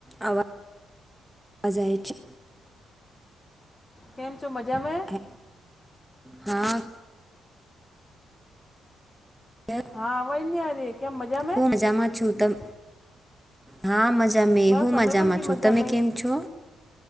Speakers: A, in the centre; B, on the left.
A: આવા જાય છે
B: કેમ છો મજા મે
A: કે હા <inaudible>
B: હા અવાજ ની આરિયે કયા મજામાં
A: હું મજામાં છું ત હા મજા મે
B: બસ
A: હું મજામાં
B: અમે પણ બી
A: છું
B: મજા
A: તમે
B: મે
A: કેમ છો